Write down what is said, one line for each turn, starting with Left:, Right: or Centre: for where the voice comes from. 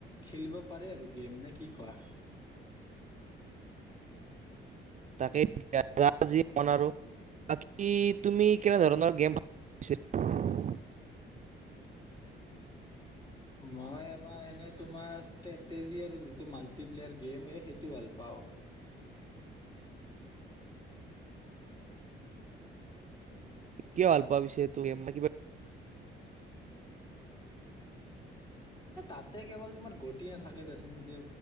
Left: খেলিব পাৰে আৰু গেম নে কি কোৱা
Right: তাকে যি মন আৰু বাকী তুমি কেনে ধৰণৰ গেম ভ
Left: মই আমাৰ এনে তোমাৰ ষ্ট্ৰেটেজি আৰু যিটো মাল্টিপ্লেয়াৰ গেম সেইটো ভাল পাওঁ
Right: কিয় হাল্পোৱা বিছেয় ত কি
Left: তাতে কেৱল তোমাৰ গতি নাথাকে দেচোন যে